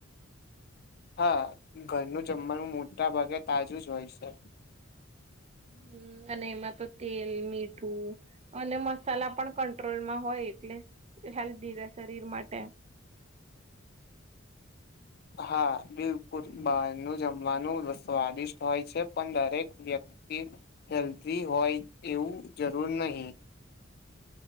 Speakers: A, on the left; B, on the right.
A: હા ઘરનું જમવાનું મોટા ભાગે તાજું જ હોય છે
B: હમ અને એમાં તો તેલ મીઠું અને મસાલા પણ કંટ્રોલમાં હોય એટલે હેલ્દીી ર શરીર માટે
A: હા બિલકુલ બહારનું જમવાનું સ્વાદિષ્ટ હોય છે પણ દરેક વ્યક્તિ કે હેલ્ધ હોય એવું જરૂર નહીિ
B: <inaudible>